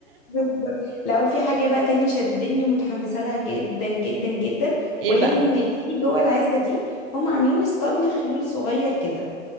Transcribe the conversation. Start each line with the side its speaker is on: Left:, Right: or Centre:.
Left: بالظبط لا وفي حاجة بقى تاني شدتني متحمسة لها جدا جدا جدا
Right: <laughs> إيه
Left: وهي
Right: بقى؟
Left: ان في جوه العزبة دي هم عاملين اسطبل خيول صغير كده